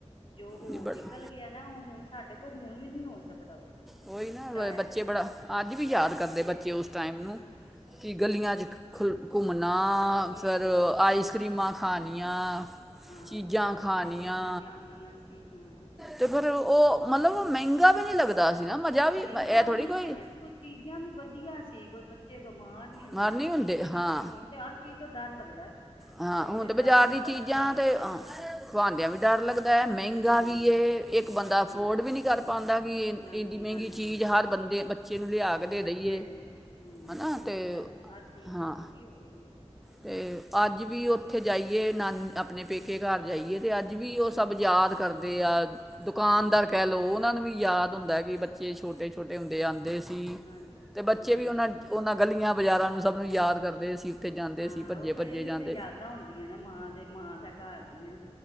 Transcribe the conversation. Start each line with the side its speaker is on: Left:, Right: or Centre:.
Left: ਜੋ ਉਹ
Centre: ਜੀ ਬੜਾ
Left: ਨਿਕਲ ਗਿਆ ਨਾ ਉਹ ਹੁਣ ਸਾਡੇ ਕੋਲ ਹੋੁਣ ਵੀ ਨਹੀਂ ਹੋ ਸਕਦਾ ਉਹ
Centre: ਉਓਹੀ ਨਾ
Left: ਸ਼ਾਇਦ
Centre: ਬੱਚੇ ਬੜਾ ਅੱਜ ਵੀ ਯਾਦ ਕਰਦੇ ਬੱਚੇ
Left: ਹਾਂ
Centre: ਉਸ ਟਾਈਮ ਨੂੰ
Left: ਹਾਂ
Centre: ਕਿ ਗਲੀਆਂ ਚ ਖੁੱਲ ਘੁੰਮਣਾ
Left: ਹੋਰ ਕੀ
Centre: ਫਿਰ
Left: ਉਹੀ ਨਾ
Centre: ਆਈਸ ਕ੍ਰੀਮਾਂ ਖਣੀਆਂ
Left: ਹਾਂ
Centre: ਚੀਜ਼ਾਂ
Left: ਉਹੀ ਗਲੀ
Centre: ਖਾਣੀਆਂ
Left: ਚ ਇੰਨੀਆਂ ਚੀਜ਼ਾਂ ਆਉਂਦੀਆਂ ਸੀ ਹਾਂ
Centre: ਤੇ ਫੇਿਰ ਉਹ ਮਤਲਬ ਮਹਿੰਗਾ ਵੀ ਨਹੀਂੀ ਲੱਗਦਾ। ਸੀ ਨਾ ਮਜ਼ਾ ਵੀ
Left: ਮਹਿੰਗਾ
Centre: ਇਹ
Left: ਵੀ
Centre: ਥੋੜੀ
Left: ਨੀ
Centre: ਕੋਈ
Left: ਸੀ, ਤੇ ਕੁ ਚੀਜ਼ਾਂ ਵੀ ਵਧੀਆ ਸੀ। ਕੋਈ ਬੱਚੇ ਬਿਮਾਰ ਨੀ ਹੁੰਦੇ
Centre: ਮਾਰ ਨਹੀਂ
Left: ਸੀ ਕੁਛ ਨੀ
Centre: ਹਾਂ
Left: ਸੀ ਹੁਣ ਤੇ ਹਰ ਚੀਜ਼। ਤੋਂ ਡਰ ਲੱਗਦਾ
Centre: ਹਾਂ
Left: ਹੁਣ ਤੇ ਡਰ
Centre: ਬਾਜ਼ਾਰ
Left: ਲੱਗਦਾ
Centre: ਦੀ ਚੀਜ਼ਾਂ
Left: ਬੱਚੇ
Centre: ਖਵਾਉਂਦਿਆਂ ਵੀ ਡਰ ਲੱਗਦਾ ਏ ਮਹਿੰਗਾ
Left: ਹਾਂ
Centre: ਵੀ ਏ ਇੱਕ ਬੰਦਾ ਅਫੋਰਡ
Left: ਹਾਂਜੀ
Centre: ਵੀ ਨਹੀਂੀ ਕਰ ਪਾਉਂਦਾ। ਕਿ ਇਹ-
Left: ਹਾਂਜੀ
Centre: ਇੰਨੀ ਮਹਿੰਗੀ
Left: ਹਾਂਜੀ
Centre: ਚੀਜ਼ ਹਰ ਬੰਦੇ ਬੱਚੇ ਨੂੰ ਲਿਆ ਕੇ ਦੇ
Left: ਬੱਚੇ
Centre: ਦਈਏ
Left: ਨੂੰ ਹਮ
Centre: ਹੈ ਨਾ ਅਤੇ
Left: ਉਹ ਤੇ ਹੈ ਹਰ ਚੀਜ਼
Centre: ਹਾਂ
Left: ਤੇ ਮਹਿੰਗੀ ਹੋ ਗਈ ਏ।
Centre: ਅਤੇ ਅੱਜ ਵੀ ਉੱਥੇ ਜਾਈਏ ਨਾਨ ਆਪਣੇ ਪੇਕੇ ਘਰ ਜਾਈਏ ਅਤੇ ਅੱਜ ਵੀ ਉਹ ਸਭ ਕਰਦੇ
Left: ਹੂੰ
Centre: ਆ ਦੁਕਾਨਦਾਰ
Left: ਹਾਂਜੀ
Centre: ਕਹਿ ਲਓ ਉਹਨਾਂ ਨੂੰ ਵੀ ਯਾਦ ਹੁੰਦਾ
Left: ਹਾਂ
Centre: ਕਿ ਬੱਚੇ ਛੋਟੇ
Left: ਉਹੀ
Centre: ਛੋਟੇ ਹੁੰਦੇ ਆਉਂਦੇ ਸੀ ਅਤੇ
Left: ਹਾਂਜੀ
Centre: ਬੱਚੇ
Left: ਹਾਂ
Centre: ਵੀ ਉਹਨਾਂ ਉਹਨਾਂ ਗਲੀਆਂ ਬਾਜ਼ਾਰਾਂ ਨੂੰ ਸਭ ਨੂੰ ਯਾਦ ਕਰਦੇ ਸੀ ਉੱਥੇ ਜਾਂਦੇ ਸੀ
Left: ਹਾਂ
Centre: ਭੱਜੇ
Left: ਉਹ
Centre: ਭੱਜੇ
Left: ਇਹੀ
Centre: ਜਾਂਦੇ
Left: ਤੇ ਯਾਦਾਂ ਹੁੰਦੀਆਂ ਨਾ ਮਾਂ ਦੇ ਮਾਂ ਦੇ ਘਰ ਦੀਆਂ।